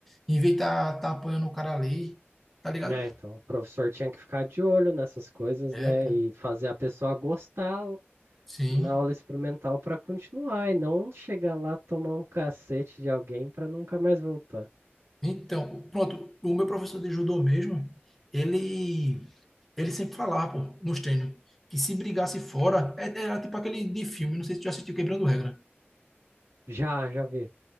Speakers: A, in the centre; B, on the right.
A: em vez de tá, tá apoiando o cara ali, tá ligado?
B: É, então o professor tinha que ficar de olho nessas coisas,
A: É,
B: né?
A: pô,
B: E fazer a pessoa gostar
A: sim.
B: na aula experimental para continuar e não chegar lá tomar um cacete de alguém para nunca mais voltar.
A: Então, pronto, o meu professor de judô mesmo, ele Ele sempre falava, pô, nos treinos, que se brigasse fora, é- era tipo aquele de filme, não sei se tu já assistiu Quebrando Regra.
B: Já, já vi.